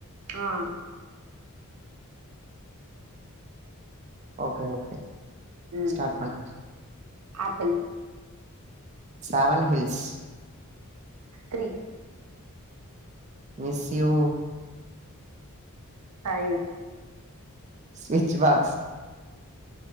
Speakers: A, on the right; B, on the right.
A: ம்
B: ஓகே ஓகே
A: ம்
B: ஸ்டார்ட் பண்ண
A: apple
B: seven hills
A: three
B: miss you
A: time
B: switch box